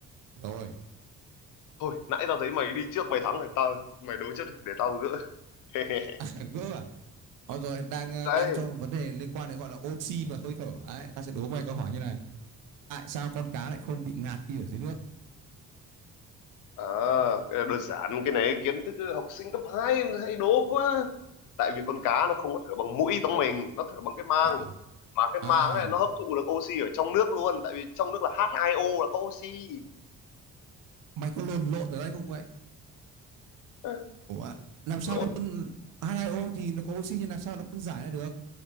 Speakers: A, on the right; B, on the left.
A: rồi
B: thôi nãy tao thấy mày đi trước mày thắng này tao mày đố trước đi, để tao gỡ <laughs>
A: <laughs> gỡ à Ờ, rồi đang ờ,
B: đấy
A: đang trong vấn đề liên quan đến gọi là oxy và hơi thở đấy ta sẽ đố mày câu hỏi như này tại sao con cá lại không bị ngạt khi ở dưới nước
B: À, cái này đơn giản cái này kiến thức học sinh cấp 2 hay đố quá tại vì con cá nó không có thở bằng mũi giống mình nó thở bằng cái mang
A: à,
B: mà cái
A: à,
B: mang này nó hấp thụ được oxy ở trong nước luôn tại vì trong nước là H2O là có oxy
A: mày có lồn lộn ở đây không vậy
B: Ê,
A: Ủa, làm sao
B: lộn
A: nó phân H2O thì nó có oxy nhưng làm sao nó phân giải ra được?